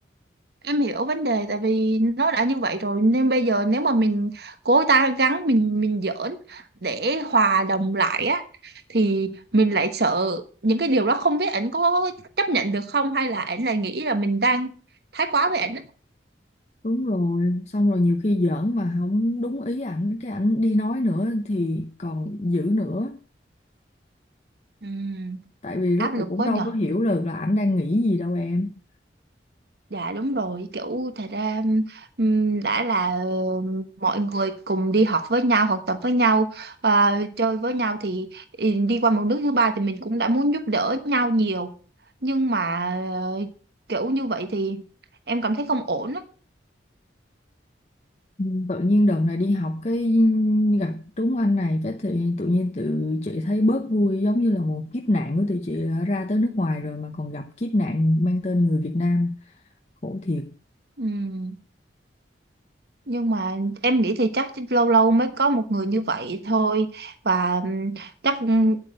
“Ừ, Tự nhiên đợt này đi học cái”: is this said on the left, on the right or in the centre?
Left